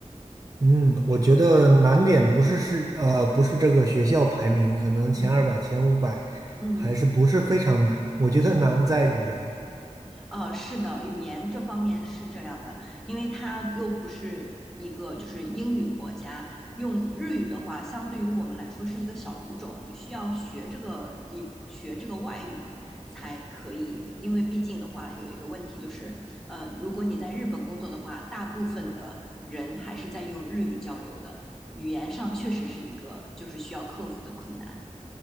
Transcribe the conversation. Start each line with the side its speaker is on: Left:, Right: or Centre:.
Right: 嗯，我觉得难点不是是呃不是这个学校排名，可能前二百、
Centre: 嗯
Right: 前五百还是不是非常难。
Centre: 嗯。
Right: 我觉得难在语言。
Centre: 呃，是的，语言这方面是这样的，因为它又不是一个就是英语国家，用日语的话，相对于我们来说是一个小语种，你需要学这个一学这个外语才可以，因为毕竟的话有一个问题就是，呃，如果你在日本工作的话，大部分的人还是在用日语交流的，语言上确实是一个就是需要克服的困难。